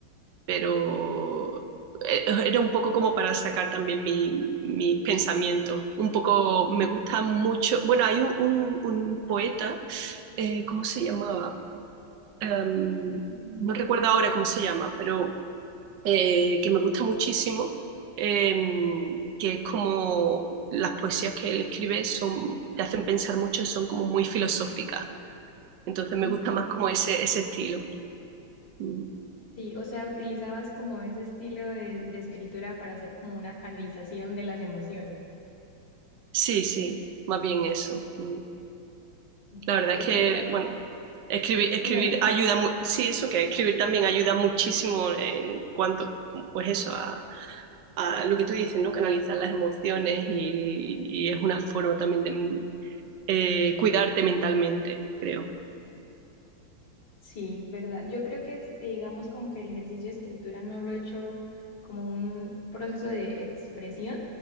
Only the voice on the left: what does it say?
Mm.
Ok.
Sí, o sea, utilizabas como ese estilo de, de escritura para hacer como una canalización de las emociones.
Sí,
Es
que igual,
dime, dime.
Sí, verdad. Yo creo que, este, digamos, como que el ejercicio de escritura no lo he hecho como un proceso de expresión,